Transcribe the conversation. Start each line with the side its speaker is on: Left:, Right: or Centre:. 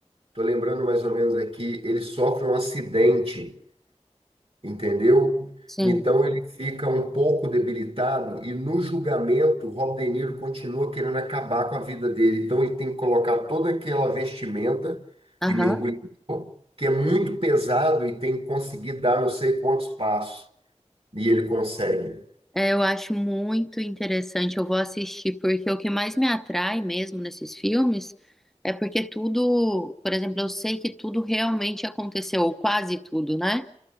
Right: tô lembrando mais ou menos aqui, ele sofre um acidente entendeu?
Centre: Sim.
Right: Então ele fica um pouco debilitado e no julgamento Rob De Niro continua querendo acabar com a vida dele. Então ele tem que colocar toda aquela vestimenta
Centre: Aham.
Right: de mergulhador, que é muito pesado e tem que conseguir dar não sei quantos passos. E ele consegue.
Centre: É, eu acho muito interessante, eu vou assistir, porque o que mais me atrai mesmo nesses filmes é porque tudo, por exemplo, eu sei que tudo realmente aconteceu, ou quase tudo, né?